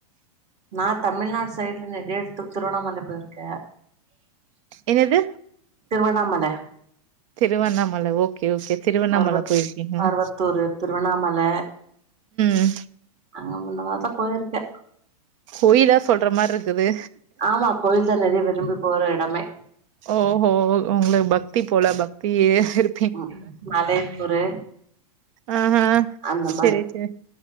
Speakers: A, on the right; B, on the right.
A: நா தமிழ்நாடு சைடுல நறைய எடத்து திருவண்ணாமல போய்ருக்க
B: என்னது
A: திருவண்ணாமல
B: திருவண்ணாமல ஓகே ஓகே திருவண்ணாமல
A: மருவத்
B: போயிர்க்கீங்ளா
A: மருவத்தூரு திருவண்ணாமல
B: ம்
A: அங்க முந்த நாள் தா போய்ர்க்க
B: கோயிலா சொல்ற மார்க்குது
A: ஆமா கோயில் தா நறைய விரும்பி போற இடமே
B: ஓஹோ உங்களுக் பக்தி போல பக்தியே இரு
A: ம் மலேத்தூரு
B: ஆஹா
A: அந்த
B: செரி
A: மாரி
B: செரி